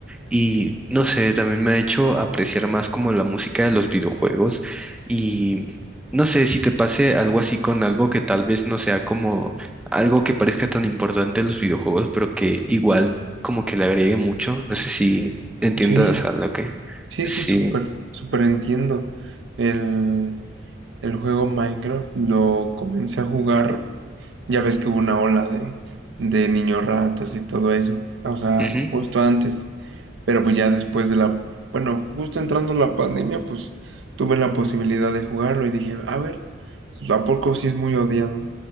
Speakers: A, in the centre; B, on the right.
A: y no sé, también me ha hecho apreciar más como la música de los videojuegos y no sé si te pase algo así con algo que tal vez no sea como algo que parezca tan importante en los videojuegos, pero que igual como que le agregue mucho. No sé si entiendas
B: Sí,
A: a lo que...
B: sí,
A: Sí,
B: sí, súper, súper entiendo. El, el juego Minecraft lo comencé a jugar. Ya ves que hubo una ola de, de niños ratas y todo eso, o sea,
A: ujú,
B: justo antes, pero pues ya después de la, bueno, justo entrando la pandemia, pues tuve la posibilidad de jugarlo y dije, a ver, pues, ¿a poco sí es muy odiado?